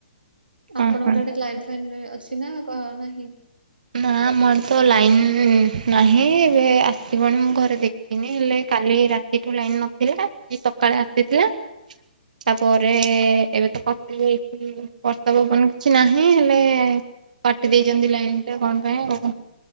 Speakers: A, on the right; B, on the right.
A: ଆପଣଙ୍କ
B: ହଁ ହଁ
A: ଆଡେ ଲାଇନ୍ ଫାଇନ୍ ଅଛି ନା ନାହିଁ?
B: ନା ଆମ ଆଡେ ତ ଲାଇନ ନାହିଁ ଏବେ ଆସିବଣୀ ମୁଁ ଘରେ ଦେଖିନି ହେଲେ କାଲି ରାତିଠୁ ଲାଇନ ନଥିଲା। <unintelligible> ସକାଳେ ଆସିଥିଲା ତାପରେ ଏବେ ତ କଟି ଯାଇଛି ବର୍ଷା ପବନ କିଛି ନାହିଁ ହେଲେ କାଟି ଦେଇଛନ୍ତି ଲାଇନ ଟା କଣ ପାଇଁ ଆଉ।